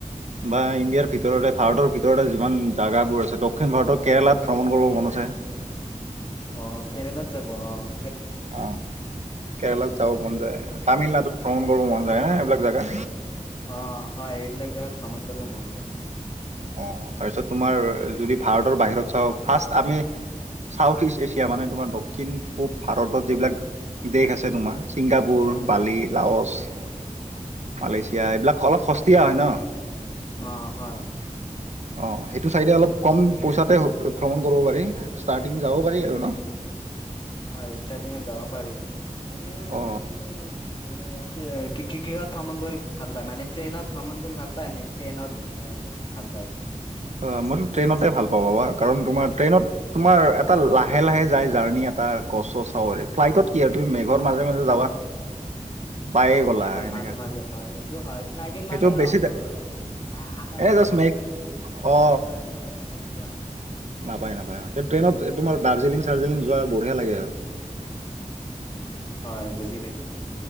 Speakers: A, on the right (about 55°); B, on the left (about 35°).
A: বা ইণ্ডিয়াৰ ভিতৰতে ভাৰতৰ ভিতৰতে যিমান জাগাবোৰ আছে দক্ষিণ ভাৰতৰ কেৰালাত ভ্ৰমণ কৰিব ম কন আছে
B: অ'কেৰেলাত যাব অহ'।
A: অ' কেৰেলাত যাব মন যায়। তামিলনাডুত ভ্ৰমণ কৰিব মন যায় হা এইবিলাক জাগা।
B: অ' হয় এইবিলাক জোগাত ভ্ৰমণ কৰিব মন যায়।
A: অ', তাৰপিছত তোমাৰ যদি ভাৰতৰ বাহিৰত চাওঁ ফাৰ্ষ্ট আমি চাউথ ইষ্ট এছিয়া মানে তোমাৰ দক্ষিণ পূব ভাৰতত যিবিলাক। দেশ আছে তোমাৰ ছিংগাপুৰ, বালি, লাওছ। মালয়েছিয়া
B: যায়।
A: এইবিলাক অলপ সস্তীয়া হয় ন'।
B: অ হয়
A: অ', সেইটো চাইডে অলপ কম পইচাতে ভ্ৰমণ কৰিব পাৰি ষ্টাৰ্টিং যাব পাৰি আৰু ন'।
B: হয় ষ্টাৰ্টিঙত যাব পাৰি এনে
A: অ
B: আপুনি মানে কি কিহ'ত ভ্ৰমণ কৰি ভাল পায় মানে ট্ৰেইনত ভ্ৰমণ কৰি ভাল পায় নে প্লেনত এই ভাল পায়।
A: অ' মইতো ট্ৰেইনতে ভাল পাওঁ বা কাৰণ তোমাৰ ট্ৰেইনত তোমাৰ এটা লাহে লাহে যায় জাৰণি এটা গছৰ চাউ ফ্লাইটত কি আৰু তুমি মেঘৰ মাজে মাজে যাবা। পায়ে
B: অ',
A: গ'লা
B: মেঘৰ
A: এনেকা
B: মাজে মাজে হয় সেই লাগন
A: সেইটো
B: মানে
A: বেছি
B: অকল আকাশ
A: এনে
B: চয়ে
A: জাষ্ট
B: দেখা
A: মেঘ
B: পায় কিন্তু
A: অ
B: ৰাস্তা ৰাস্তা এইবিলাক দেখা পোৱা নাযায়।
A: নাপায়, নাপায়। ট্ৰেইনত তোমাৰ দাৰ্জিলিং চাৰ্জিলিং যোৱা বঢ়িয়া লাগে আৰু।
B: হয় বুজি পাইছো।